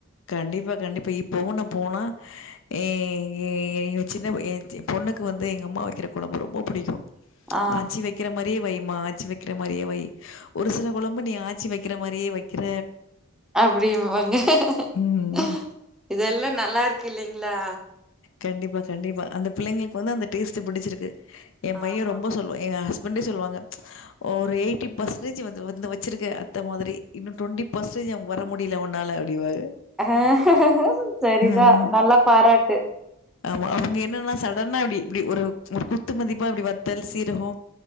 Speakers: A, on the left; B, in the centre.
A: கண்டிப்பா கண்டிப்பா இப்பவு நா போனா ஏ ஏ ஏ சின்ன பொ எம் பொண்ணுக்கு வந்து எங்க அம்மா வக்கிற கொழம்பு ரொம்ப புடிக்கு
B: ஆ
A: ஆச்சி வக்ற மாரியே வை மா ஆச்சி வக்கிற மாறியே வை ஒரு சில கொழம்பு நீ ஆ ச்சி வெக்கிற மாறியே வெக்கிற
B: அப்டிமாங்க ஹ ஹ
A: ம்.
B: ஹ இதெல்லா நல்லா இருக்கு இல்லேங்களா
A: கண்டிப்பா கண்டிப்பா அந்த பிள்ளேங்களுக்கு வந்து அந்த டேஸ் சு புடிச்சிருக்கு ஏ பையே
B: ஆமா.
A: ரொம்ப சொல்லுவ எங்க ஹஸ் வண்டு சொல்வாங்க ம்ச் ஒரு எயிட்டி ஃபர்சன்டேஜ் வந்து வந்து வெச்சிருக்க அத்த மாதிரி இன்னு டுவெண்டி பர்சன்டேஜ் அ வர முடியல உன்னால அப்டிவாங்க
B: அஹ் செரிதா
A: ம்.
B: நல்லா பாராட்டு
A: ஆமா அவங்க என்னென்னாலா சாப் டன்னா அப்படி இப்படி ஒரு ஒரு குத்துமதிப்பா அப்படி வத்தல் சீரகோ